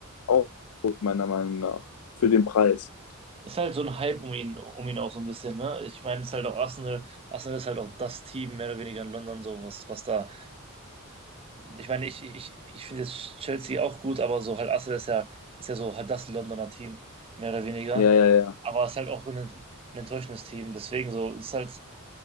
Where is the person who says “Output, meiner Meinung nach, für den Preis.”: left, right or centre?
Left